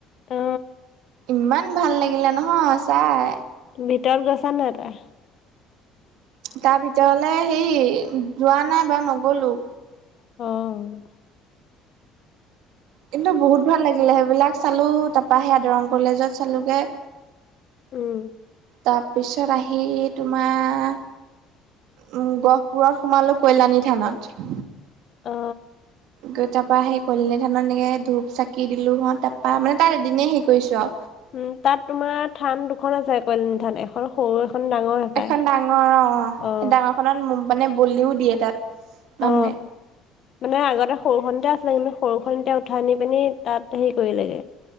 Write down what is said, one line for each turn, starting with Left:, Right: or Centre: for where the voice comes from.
Left: অ
Right: ইমান ভাল লাগিলে নহয় চাই
Left: ভিতৰত গৈছা নাই তই
Right: তাৰ ভিতৰলে সেই যোৱা নাই বাৰু নগলো
Left: অ
Right: কিন্তু বহুত ভাল লাগিলে সেইবিলাক চালো তাপা সেয়া দৰং কলেজত চালোগে
Left: উম
Right: তাৰপিছত আহি তোমাৰ উম গহপুৰত সোমালো কল্যাণী থানত
Left: অ
Right: গৈ তাপা সেই কল্যানী থানত এনেকৈ ধূপ চাকি দিলোঁ হত তাপা মানে তাত এদিনেই সেই কৰিছোঁ আও
Left: উম তাত তোমাৰ থান দুখন আছে কল্যানি থান এখন সৰু এখন ডাঙৰ হপায়
Right: এখন ডাঙৰ অ
Left: অ
Right: সেই ডাঙৰ খনত মানে বলিও দিয়ে তাত
Left: অ
Right: মানুহে
Left: মানে আগতে সৰুখনতে আছিলে কিন্তু সৰুখনতে উঠাই আনি পিনি তাত হেৰি কৰি লাগে